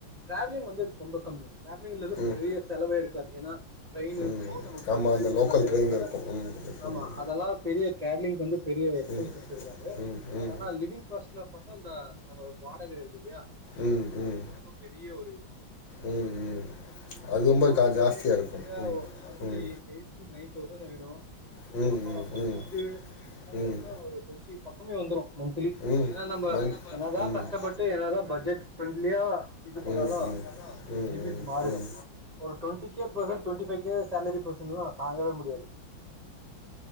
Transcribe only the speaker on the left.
ம்
ம்
ஆமா அந்த லோக்கல்
ட்ரெயின் இருக்கும் ம்
ம்
ம்
ம்
ம்
ம்
ம்
ம் ம் அது ரொம்ப
கா ஜாஸ்தியா
இருக்கும் ம்
ம்
ம்
ம்
ம்
ம்
ம்
மண்
ம்
ம்
ம் ம் ம்
ம்
ம்